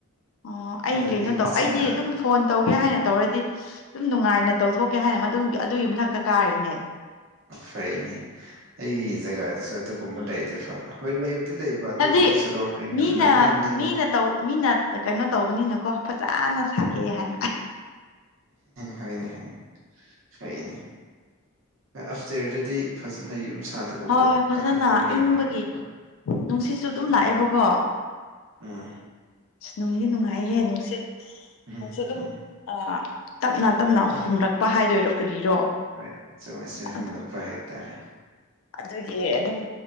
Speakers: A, on the left (about 70°); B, on the right (about 65°).
A: ꯑꯣ ꯑꯩ
B: ꯑꯗꯨ
A: ꯀꯩꯅꯣ
B: ꯏꯪꯅ
A: ꯇꯧ
B: ꯆꯤꯛꯅ
A: ꯑꯩꯗꯤ ꯑꯗꯨꯝ ꯐꯣꯟ ꯇꯧꯒꯦ ꯍꯥꯏꯅ ꯇꯧꯔꯗꯤ ꯑꯗꯨꯝ ꯅꯨꯡꯉꯥꯏꯅ ꯇꯧꯊꯣꯛꯀꯦ ꯍꯥꯏꯅ ꯃꯗꯨ ꯑꯗꯨꯒꯤ ꯃꯊꯛꯇ ꯀꯥꯔꯤꯅꯦ
B: ꯐꯩꯅ‌ꯦ ꯑꯩꯒꯤ ꯖꯒꯥꯗꯨꯁꯨ ꯑꯗꯨꯒꯨꯝꯕ ꯂꯩꯗꯤ ꯐꯕ ꯍꯣꯏ ꯂꯩꯕꯨꯗꯤ ꯂꯩꯕ ꯑꯗꯨꯕꯨ
A: ꯍꯥꯏꯕꯗꯤ
B: ꯁꯔꯣꯛ ꯀꯥ
A: ꯃꯤꯅ
B: ꯌꯥꯝ ꯅꯛꯅꯕꯅꯤꯅ
A: ꯃꯤꯅ ꯇꯧ ꯃꯤꯅ ꯀꯩꯅꯣ ꯇꯧꯕꯅꯤ ꯆꯥꯅ ꯁꯥꯒꯦ
B: ꯎꯝ
A: ꯍꯥꯏꯅ
B: ꯍꯥꯏꯅꯤ ꯍꯥꯏꯅꯤ ꯐꯩꯅꯤ ꯑꯐꯇꯔꯗꯗꯤ ꯐꯖꯅ ꯌꯨꯝ ꯁꯥꯗꯕꯀꯣ
A: ꯍꯣꯏꯣꯏ ꯐꯖꯅ
B: ꯀꯥꯈꯠꯄꯅ ꯌꯥꯝ
A: ꯏꯪꯕꯒꯤ
B: ꯅꯨꯡꯉꯥꯏꯇꯕ
A: ꯅꯨꯡꯁꯤꯠꯁꯨ ꯑꯗꯨꯝ
B: ꯎꯝ
A: ꯂꯥꯛꯑꯦꯕꯀꯣ
B: ꯎꯝ
A: ꯅꯨꯡꯗꯤ ꯅꯨꯡꯉꯥꯏꯍꯦ ꯅꯨꯡꯁꯤꯠ
B: ꯎꯝ
A: ꯅꯨꯡ ꯁꯤꯠ ꯑꯗꯨꯝ
B: ꯎꯝ
A: ꯑꯥ ꯇꯞꯅ ꯇꯞꯅ ꯍꯨꯝꯔꯛꯄ ꯍꯥꯏꯗꯣꯏꯔꯣ ꯀꯔꯤꯔꯣ
B: ꯍꯣꯏ ꯆꯣꯏꯁ <unintelligible>
A: ꯑꯗꯣ
B: ꯍꯨꯝꯂꯛꯄ ꯍꯥꯏ ꯇꯔꯦ
A: ꯑꯗꯨꯒꯤ ꯑꯗꯨꯝ